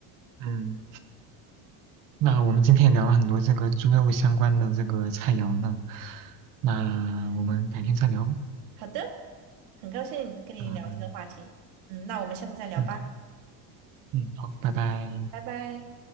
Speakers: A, on the right (about 45°); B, on the right (about 80°).
A: 嗯，那我们今天也聊了很多这个猪肉相关的这个菜肴呢，那我们改天再聊，
B: 好的，很高兴跟你聊这个话题，
A: 嗯
B: 嗯，那我们下次再聊吧，
A: 嗯嗯，好，拜拜。
B: 拜拜。